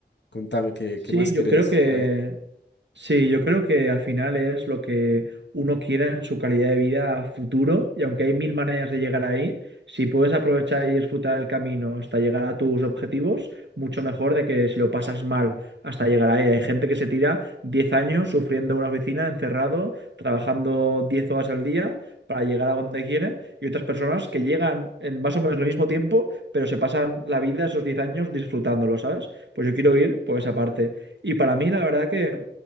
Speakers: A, on the left; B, on the right.
A: Contame, ¿qué,
B: Sí,
A: qué más
B: yo
A: querés
B: creo que
A: por ahí?
B: sí, yo creo que al final es lo que uno quiera en su calidad de vida a futuro, y aunque hay mil maneras de llegar ahí, si puedes aprovechar y disfrutar el camino hasta llegar a tus objetivos, mucho mejor de que si lo pasas mal hasta llegar ahí. Hay gente que se tira 10 años sufriendo en una oficina, encerrado, trabajando 10 horas al día para llegar a donde quiere, y otras personas que llegan en más o menos el mismo tiempo, pero se pasan la vida esos 10 años disfrutándolo, ¿sabes? pues yo quiero ir por esa parte. Y para mí, la verdad que